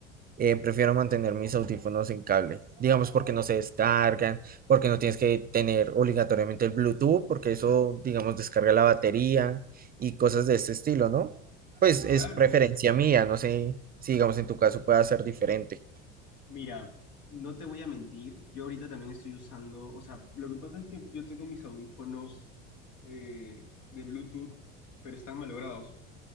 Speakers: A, on the right; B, on the left.
A: eh, prefiero mantener mis audífonos en cable, digamos porque no se descargan, porque no tienes que tener obligatoriamente el Bluetooth, porque eso, digamos, descarga la batería y cosas de este estilo, ¿no? Pues es
B: Claro,
A: preferencia mía, no sé si, digamos, en tu caso pueda ser diferente.
B: mira, no te voy a mentir, yo ahorita también estoy usando, o sea, lo que pasa es que yo tengo mis audífonos eh, de Bluetooth, pero están malogrados.